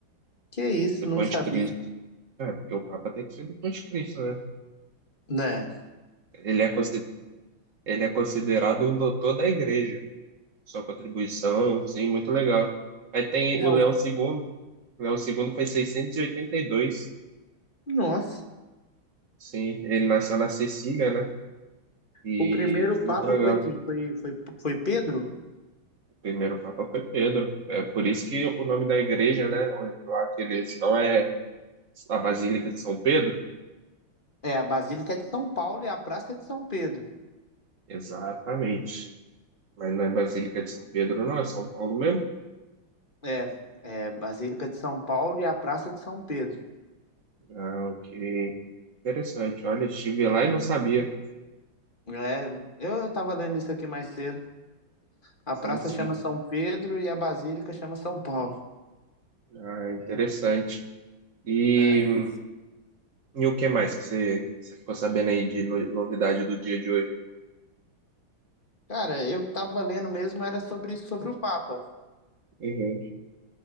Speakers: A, on the left; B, on the right.
A: Que isso,
B: depois
A: não sabia.
B: de Cristo. É, porque o Papa tem que ser depois de Cristo, né?
A: Né?
B: Ele é, cons- Ele é considerado um doutor da igreja. Sua contribuição, sim, muito legal. Aí tem o
A: É
B: Leão
A: o-
B: II. O Leão II foi 682.
A: Nossa.
B: Sim, ele nasceu na Sicília, né? E
A: O primeiro papa
B: muito legal.
A: foi quem? Foi, foi, foi Pedro?
B: O primeiro papa foi Pedro. É por isso que o nome da igreja, né? Lá que eles estão é a Basílica de São Pedro.
A: É, a Basílica de São Paulo e a Praça de São Pedro.
B: Exatamente. Mas não é Basílica de São Pedro, não, é São Paulo mesmo.
A: É, é, Basílica de São Paulo e a Praça de São Pedro.
B: Ah, ok. Interessante. Olha, estive lá e não sabia.
A: É, eu, eu tava lendo isso aqui mais cedo. A
B: Sim,
A: praça
B: sim.
A: chama São Pedro e a Basílica chama São Paulo.
B: Ah, interessante. E,
A: É.
B: e o que mais que você, você ficou sabendo aí de no- novidade do dia de hoje?
A: Cara, eu tava lendo mesmo, era sobre, sobre o Papa.
B: Uhum.